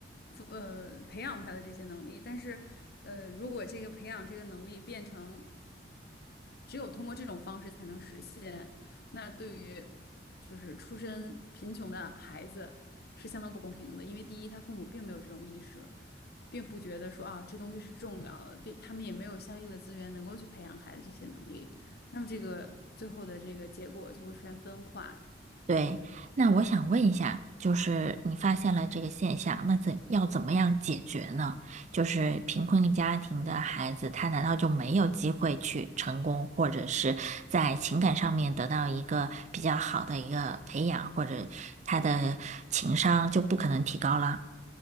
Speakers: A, on the left; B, on the right.
A: 呃，培养他的这些能力。但是，呃，如果这个培养这个能力变成只有通过这种方式才能实现。那对于就是出身贫穷的孩子是相当不公平的，因为第一，他父母并没有这种意识，并不觉得说啊这东西是重要的，对他们也没有相应的资源能够去培养孩子这些能力。那么这个最后的这个结果就会出现分化。
B: 对，那我想问一下，就是你发现了这个现象，那怎要怎么样解决呢？就是贫困家庭的孩子，他难道就没有机会去成功，或者是在情感上面得到一个比较好的一个培养，或者他的情商就不可能提高了？